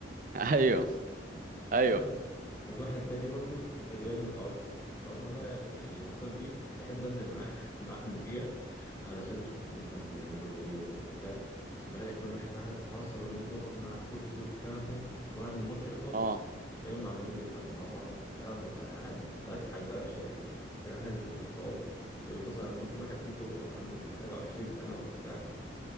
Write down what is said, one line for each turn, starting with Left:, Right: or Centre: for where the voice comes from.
Right: <laughs> ايوه ايوه
Left: بس وواحد تاني برضو الريال متعصب فهم بقى يعني الماتشات دي بحب انزل معاه <laughs> معاهم فيها علشان اشوفهم مثلا بيعملوا ايه وبتاع بلاقي كل واحد بقى قاعد بيتعصب واللي بيتنطط من على الكرسي والكلام ده وبعد ما الماتش يخلص
Right: اه
Left: تلاقيهم عمالين بيتخانقوا مع بعض وبتاع ببقى قاعد بضحك بقى مش قادر <laughs> كده يعني انتوا اتطوبت انتوا بص انا عندكم كل واحد فيكم عنده حاجة وعشرين سنة وبتاع